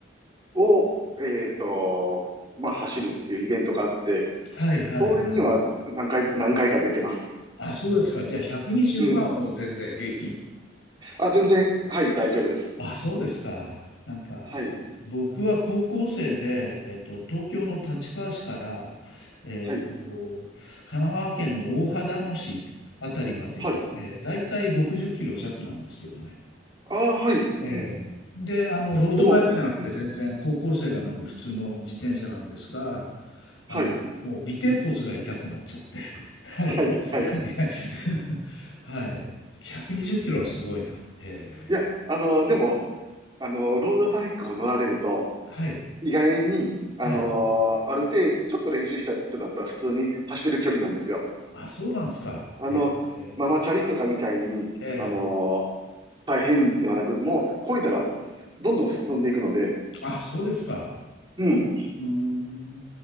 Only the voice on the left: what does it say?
はいはいはい。
あ、そうですか。じゃあ120はもう全然平気。
あ、そうですか。なんか、
僕は高校生で、えっと、東京の立川市から、えっと、
神奈川県の大秦野市あたりまで行って、
だいたい60キロ弱なんですけどね。
ええで、
あの、ロードバイクじゃなくて全然高校生が乗る普通の自転車なんですが、
あの、
もう尾てい骨が痛くなっちゃって。<laughs> はい。
<laughs>
はい。120キロはすごいな。ええ
はい。
はい。
あ、そうなんですか。
へえ。
ええ。
あ、そうですか。
うーん。